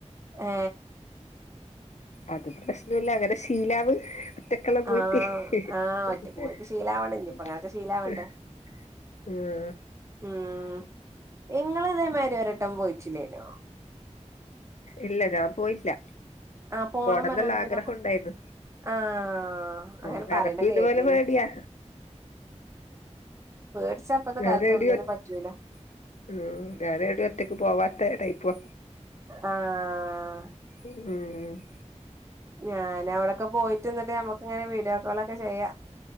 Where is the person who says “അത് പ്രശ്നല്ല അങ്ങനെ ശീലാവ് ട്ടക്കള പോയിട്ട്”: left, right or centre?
Left